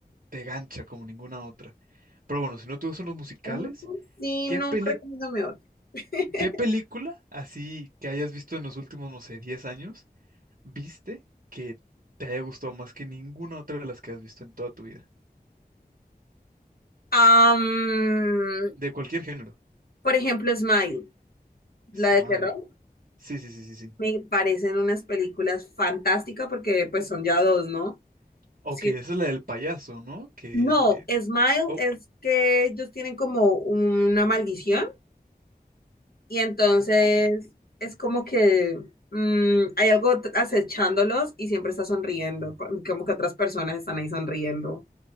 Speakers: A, on the right; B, on the left.
A: te gancha como ninguna otra. Pero bueno, si no te gustan los musicales,
B: mm, sí,
A: ¿qué
B: no,
A: peli-
B: recomiéndame otra. <laughs>
A: qué película así que hayas visto en los últimos, no sé, 10 años, viste que te haya gustado más que ninguna otra de las que has visto en toda tu vida?
B: Am,
A: De cualquier género.
B: por ejemplo, Smile, la
A: Smile.
B: de terror,
A: Sí, sí, sí, sí, sí.
B: me parecen unas películas fantásticas porque pues son ya dos, ¿no?
A: Ok,
B: Sí.
A: esa es la del payaso, ¿no? Que...
B: No, Smile
A: Oh,
B: es que ellos tienen como una maldición Y entonces
A: ok.
B: es como que mm, hay algo t- acechándolos y siempre está sonriendo, co- como que otras personas están ahí sonriendo.